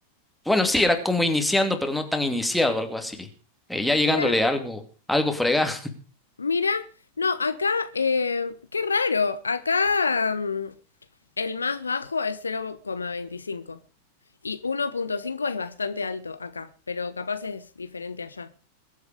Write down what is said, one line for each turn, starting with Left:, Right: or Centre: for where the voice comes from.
Centre: bueno, sí, era como iniciando, pero no tan iniciado, algo así. Eh, ya llegándole
Left: Mira,
Centre: a algo, algo fregado. <laughs>
Left: Mira, no, acá, eh, qué raro, acá mm, el más bajo es cero coma veinticinco y uno punto cinco es bastante alto acá, pero capaz es diferente allá.